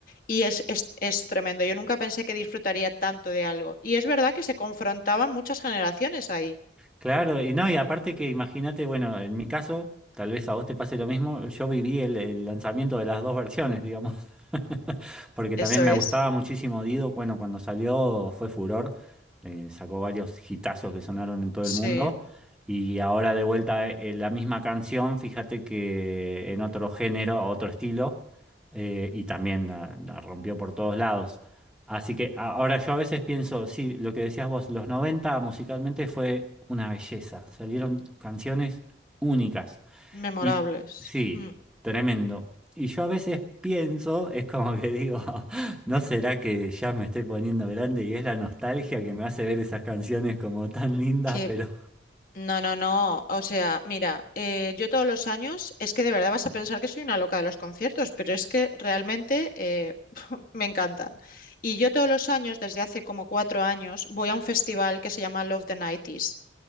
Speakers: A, on the left (about 50°); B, in the centre.
A: y es, es, es tremendo. Yo nunca pensé que disfrutaría tanto de algo. Y es verdad que se confrontaban muchas generaciones ahí.
B: Claro, y no, y aparte que imagínate, bueno, en mi caso, tal vez a vos te pase lo mismo, yo viví el, el lanzamiento de las dos versiones, digamos, <laughs> porque
A: Eso
B: también me
A: es.
B: gustaba muchísimo Dido, bueno, cuando salió fue furor, eh, sacó varios hitazos que sonaron en todo
A: Sí,
B: el mundo, y ahora de vuelta eh, la misma canción, fíjate que en otro género, otro estilo, eh, y también la la rompió por todos lados. Así que a- ahora yo a veces pienso, sí, lo que decías vos, los 90 musicalmente fue una belleza, salieron canciones únicas.
A: memorables.
B: Y sí,
A: Mm.
B: tremendo. Y yo a veces pienso, es como que digo, <laughs> ¿no será que ya me estoy poniendo grande y es la nostalgia que me hace ver esas canciones como tan lindas,
A: Qué
B: pero
A: No, no, no. O sea, mira, eh, yo todos los años, es que de verdad vas a pensar que soy una loca de los conciertos, pero es que realmente eh, <laughs> me encantan. Y yo todos los años, desde hace como cuatro años, voy a un festival que se llama Love the 90